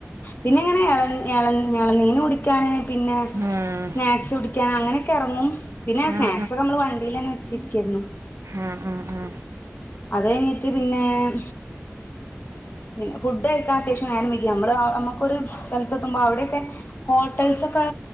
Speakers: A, on the left; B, on the right.
A: പിന്നെങ്ങനെ എളൻ എളൻ എളന്നീനു ടിക്യാന് പിന്നെ
B: ഉം
A: സ്നാക്സ് കുടിക്യാ അങ്ങനെക്കെ എറങ്ങും പിന്നെ
B: ഉം
A: സ്നാക്സൊക്കെമ്മള് വണ്ടിലന്നെ വെച്ചിര്ക്കേര്ന്നു
B: ആഹ് ആഹ് ആഹ്
A: അതയ്ഞ്ഞിറ്റ് പിന്നെം പിന്നെ ഫുഡ്ഡയ്ക്കാരാ ത്യേശം നേരം വെങ്കി അമ്മള് ആഹ് നമ്മക്കൊര് സ്ഥൽത്തത്തുമ്പോ അവ്ടെക്കെ ഹോട്ടൽസൊക്കെ.